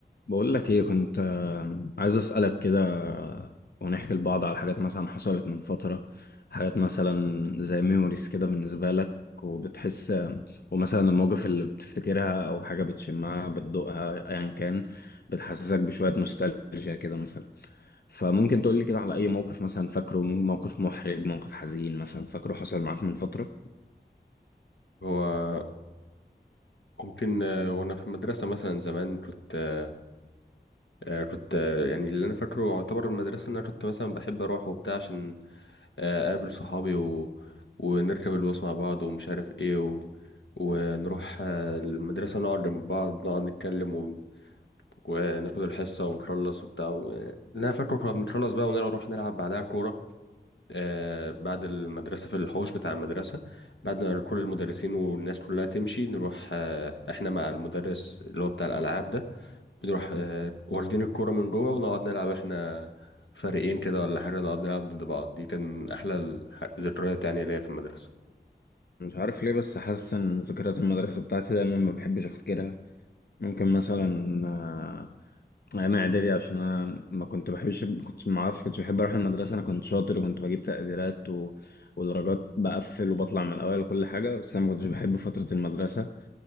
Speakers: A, on the left; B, on the left.
A: بقول لك ايه كنت آه، عايز اسالك كده آه، ونحكي لبعض على حاجات مثلا حصلت من فتره حاجات مثلا زي ميموريز كده بالنسبه لك وبتحس آه، ومثلا المواقف اللي بتفتكرها او حاجه بتشمها بتدوقها ايا كان بتحسسك بشويه نوستالجيا كده مثلا فممكن تقول لي كده على اي موقف مثلا فاكره موقف محرج موقف حزين مثلا فاكره حصل معاك من فتره
B: هو ممكن آه، وانا في المدرسه مثلا زمان كنت آه، آه، كنت آه، يعني اللي انا فاكره يعتبر المدرسه ان انا كنت مثلا بحب اروح وبتاع عشان آه، اقابل صحابي و... ونركب الباص مع بعض ومش عارف ايه و... ونروح آه، المدرسه نقعد جنب بعض نقعد نتكلم و... وناخد الحصه ونخلص وبتاع و... يعني اللي انا فاكره كنا بنخلص بقى ونروح نلعب بعدها كوره آه بعد المدرسة في الحوش بتاع المدرسة بعد ما كل المدرسين والناس كلها تمشي نروح آه احنا مع المدرس اللي هو بتاع الألعاب ده بنروح آه واخدين الكورة من جوه ونقعد نلعب احنا فريقين كده ولا حاجة نقعد نلعب ضد بعض دي كان أحلى الح- الذكريات يعني ليا في المدرسة
A: مش عارف ليه بس حاسس ان ذكريات المدرسه بتاعتي دايما ما بحبش افتكرها ممكن مثلا آه، ايام اعدادي عشان انا ما كنت بحبش كنت ما اعرفش كنتش بحب اروح المدرسه انا كنت شاطر وكنت بجيب تقديرات و... ودرجات بقفل وبطلع من الاول وكل حاجه بس انا ما كنتش بحب فتره المدرسه